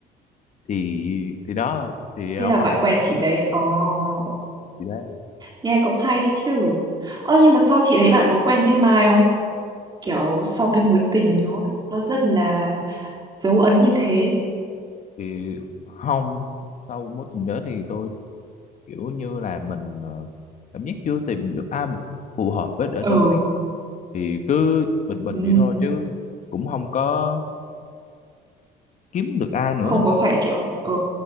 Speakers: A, on the left (about 45°); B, on the right (about 25°).
A: thì thì đó thì ông
B: Thế là bạn
A: anh
B: quen chị đấy. Ồ.
A: thì đấy
B: nghe cũng hay đấy chứ ơ nhưng mà sau chị đấy bạn có quen thêm ai không kiểu sau cái mối tình nó nó rất là dấu ấn như thế
A: thì không sau mối tình đó thì tôi kiểu như là mình ờ, cảm giác chưa tìm được ai một phù hợp với để
B: ừ
A: tôi thì cứ bình bình
B: ừm,
A: vậy thôi chứ cũng không có kiếm được ai nữa
B: không có phải kiểu ừ